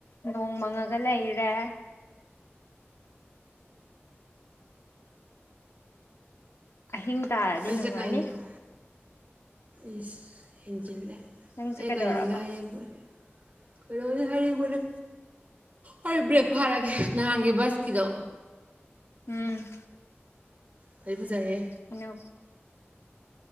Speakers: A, on the left; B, on the right.
A: ꯅꯣꯡ ꯃꯪꯉꯒ ꯂꯩꯔꯦ ꯑꯍꯤꯡ ꯇꯥꯔꯗꯤ
B: ꯑꯩꯁꯦ
A: ꯅꯨꯡꯉꯥꯏꯅꯤ
B: ꯀꯩꯅꯣ ꯏꯁ ꯏꯦꯟꯖꯤꯜꯂꯦ
A: ꯅꯪꯁꯦ
B: ꯑꯩ
A: ꯀꯩꯗꯧꯔꯕ
B: ꯀꯩꯅꯣꯝꯗ ꯍꯥꯏꯌꯦꯡꯄꯦ ꯈꯣ ꯁꯔꯦ ꯀ ꯍꯣꯏ ꯕ꯭ꯔꯦꯛ ꯐꯥꯔꯒꯦ ꯅꯍꯥꯟꯒꯤ ꯕꯁꯀꯤꯗꯣ
A: ꯎꯝ
B: ꯐꯗꯤ ꯐꯖꯩꯍꯦ
A: ꯏꯩꯅ